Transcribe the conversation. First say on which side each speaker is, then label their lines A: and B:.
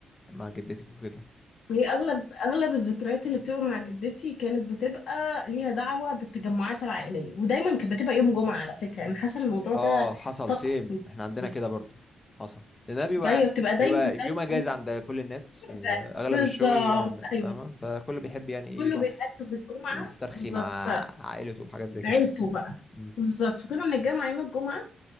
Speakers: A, on the left; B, on the left.
A: مع جدتك وكده
B: هي اغلب اغلب الذكريات اللي بتبقى مع جدتي كانت بتبقى ليها دعوة بالتجمعات العائلية ودايما كانت بتبقى يوم جمعة على فكرة انا حاسة الموضوع
A: اه
B: ده
A: حصل
B: طقس
A: سيم احنا عندنا
B: بص،
A: كده برضو حصل لان ده بيبقى
B: ايوه بتبقى دايما
A: بيبقى
B: دايما
A: بيوم اجازه
B: يوم جمعة
A: عند كل الناس ال-
B: إجازة.
A: اغلب
B: بالظبط
A: الشغل عند
B: ايوه
A: فاهمه فكله بيحب يعني ايه
B: كله
A: يروح
B: بيتأكد في الجمعة
A: يسترخي
B: بالظبط
A: مع عائلته وحاجات زي كده
B: عيلته بقى
A: مم.
B: بالظبط فكنا بنتجمع يوم الجمعة